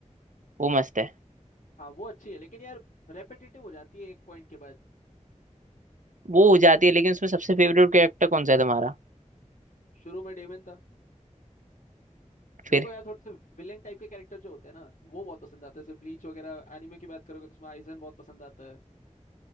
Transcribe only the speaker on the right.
वो मस्त है
वो हो जाती है लेकिन उसमें सबसे फेवरेट कैरेक्टर कौन सा है तुम्हारा
फिर